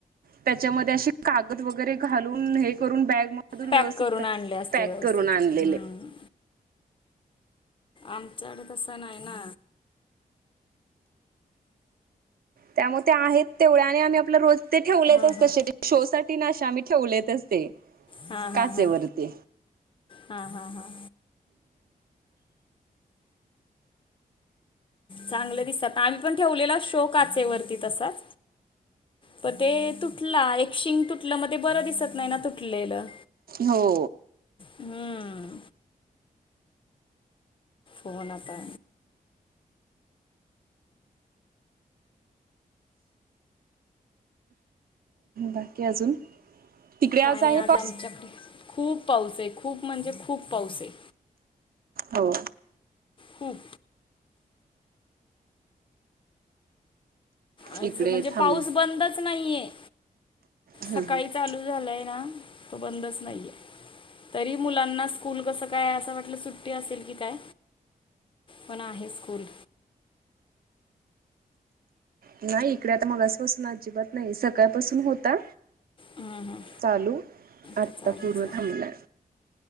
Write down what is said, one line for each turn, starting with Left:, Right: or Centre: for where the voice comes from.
Right: त्याच्यामध्ये अशे कागद वगैरे घालून, हे करून बॅग मधून
Left: पॅक
Right: व्यवस्थित
Left: करून
Right: पॅ
Left: आणले असते
Right: पॅक
Left: व्यवस्थित
Right: करून आणलेले.
Left: हम्म आमच्याकडं तसं नाही ना.
Right: त्यामुळे ते आहेत तेवढ्या आणि आम्ही आपलं रोज ते ठेवलेतच
Left: हां हां
Right: तसे ते शोसाठी ना आशा आम्ही ठेवलेतच ते.
Left: हां
Right: काचेवरती
Left: हां हां, हां हां हां. चांगलं दिसतात. आम्ही पण ठेवलेला शो काचेवरती तसाच. प ते तू तुटला एक शिंग तुटलं, मग ते बरं दिसत नाही ना तुटलेलं.
Right: हो.
Left: हम्म. हो ना आता.
Right: बाकी अजून? तिकडे आज
Left: काय नाही
Right: आहे पाऊस?
Left: आमच्याकडे खूप पाऊस हाय, खूप म्हणजे खूप पाऊस हाय.
Right: हो.
Left: खूप. आज
Right: इकडे
Left: म्हणजे
Right: थांब
Left: पाऊस बंदच नाहीये,
Right: हम्म
Left: सकाळी
Right: हम्म
Left: चालू झालंय ना, तो बंदच नाहीये. तरी मुलांना स्कूल कसं काय, असं वाटलं सुट्टी असेल की काय. पण आहे स्कूल.
Right: नाही इकडे आता मगासपासून अजिबात नाही, सकाळपासून होता
Left: हम्म, हम्म.
Right: चालू. आत्ता
Left: तर चालूच
Right: पूर्ण
Left: आहे
Right: थांबलाय.